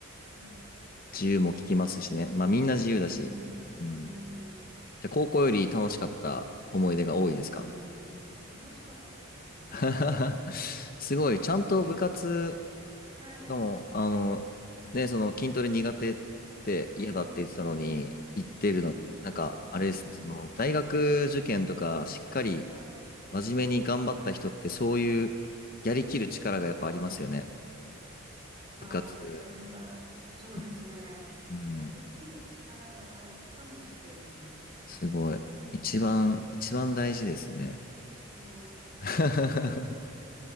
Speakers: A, on the right; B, on the left.
A: ん。
B: 自由も聞きますしね。まあみんな自由だし。
A: うーん、
B: うん。
A: うーん、う
B: じゃあ高校より楽しかった思い出が多いですか
A: ーん、めっちゃ楽しかったですね。
B: <laughs> すごい、ちゃんと部活、
A: うん。はい。
B: しかも、あの、ね、その筋トレ苦手って嫌だって言ってたのに、
A: うーん、う
B: 言ってるの、
A: ーん、
B: なんか、
A: 行ってるんですね。
B: あれですね、その、大学受験とか、しっかり
A: はい、
B: 真面目に頑張った人って、
A: はい、
B: そういう、やりきる力がやっぱありますよね。
A: はい。ああ、
B: 部活、
A: それは、そうですね。
B: ちゃんとやったり。うん、
A: やりきる力はあるかもしれないですね。
B: すごい。一番、
A: うん、う
B: 一番大事ですね。
A: ーん。
B: <laughs>